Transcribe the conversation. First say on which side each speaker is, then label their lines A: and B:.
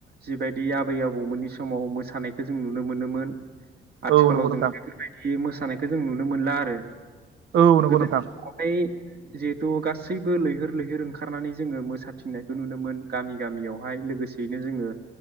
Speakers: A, on the right; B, on the right.
A: जिबायदि आबै-आबौमोननि समाव मोसानायखौ जों नु नो मोनोमोन आथिखालाव
B: औ नंगौ नोंथां
A: जोङो बेफोरबायदि मोसा नायखौ जों नुनो मोनला आरो।
B: औ नंगौ
A: गोदोनि
B: नोंथां
A: समावहाय जिहेथु गासैबो लैहोर लैहोर ओंखारनानै जोङो मोसाथिंनायखौ नुनो मोन गामि गामियावहाय लोगोसेयैनो जोङो